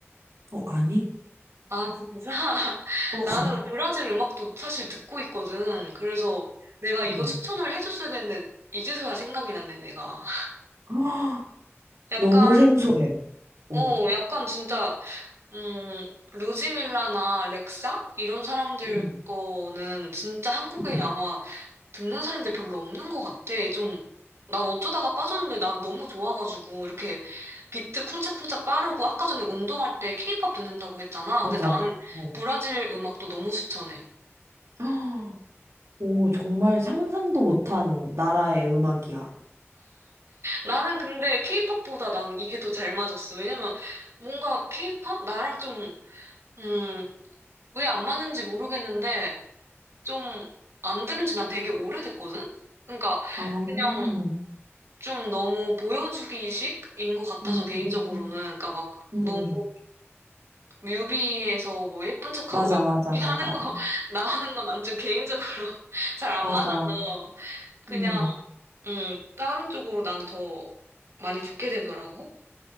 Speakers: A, on the right; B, on the right.
A: 어, 아니?
B: 아, 진짜? <laughs>
A: 어,
B: 나는
A: <gasps>
B: 브라질 음악도 사실 듣고 있거든. 그래서 내가 이거
A: 어.
B: 추천을 해줬어야 되는데, 이제서야 생각이 났네, 내가. <laughs>
A: 헉,
B: 약간,
A: 너무 생소해. 어.
B: 어, 약간 진짜 음, 루지밀라나 렉사? 이런 사람들
A: 음,
B: 거는 진짜 한국에
A: 응,
B: 아마 듣는 사람들 별로 없는 것 같아. 좀, 난 어쩌다가 빠졌는데 난 너무 좋아가지고, 이렇게 비트 쿵짝쿵짝 빠르고, 아까 전에 운동할 때 케이팝 듣는다고 했잖아.
A: 맞아.
B: 근데 나는
A: 어.
B: 브라질 음악도 너무 추천해.
A: <gasps> 헉, 오, 정말 상상도 못한 나라의 음악이야.
B: 나는 근데 케이팝보다 난 이게 더 잘 맞았어. 왜냐면 뭔가 케이팝? 나랑 좀, 음, 왜 안 맞는지 모르겠는데, 좀 안 들은 지 난 되게 오래됐거든? 그러니까
A: 아,
B: 그냥
A: 음,
B: 좀 너무 보여주기식인 것 같아서
A: 음,
B: 개인적으로는 그러니까 막
A: 음.
B: 너무 뮤비에서 뭐 예쁜 척하고
A: 맞아,
B: 막
A: 맞아,
B: 이렇게
A: 맞아.
B: 하는 거 <laughs> 나오는 건 난 좀 개인적으로 <laughs> 잘 안
A: 맞아.
B: 맞아서 그냥
A: 음.
B: 음 다른 쪽으로 난 더 많이 듣게 되더라고.